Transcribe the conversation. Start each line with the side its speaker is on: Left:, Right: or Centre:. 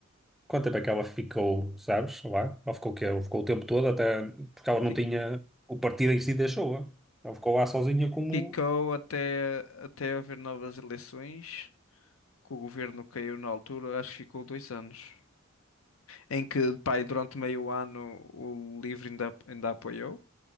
Centre: Quanto tempo é que ela ficou, sabes, lá? Ela ficou o quê? Ela ficou o tempo todo até... Porque ela
Left: fi-
Centre: não tinha... O partido em si deixou-a. Ela ficou lá sozinha como...
Left: ficou até até haver novas eleições, que o governo caiu na altura, acho que ficou dois anos, em que, pá, e durante meio ano o Livre ainda ainda apoiou.